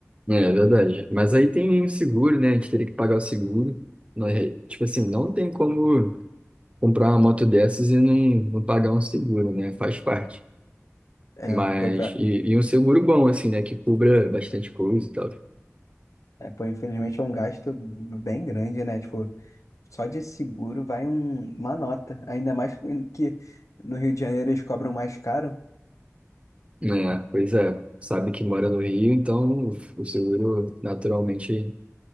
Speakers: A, on the right; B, on the left.
A: É, é verdade. Mas aí tem o seguro, né? A gente teria que pagar o seguro. Não é- Tipo assim, não tem como comprar uma moto dessas e não, não pagar um seguro, né? Faz parte.
B: É,
A: Mas,
B: pô, pra-
A: e, e um seguro bom, assim, né? Que cubra bastante coisa e tal.
B: é, pô, infelizmente é um gasto bem grande, né? Tipo, só de seguro vai um- uma nota. Ainda mais que no Rio de Janeiro eles cobram mais caro.
A: É, pois é, sabe que mora no Rio, então o seguro naturalmente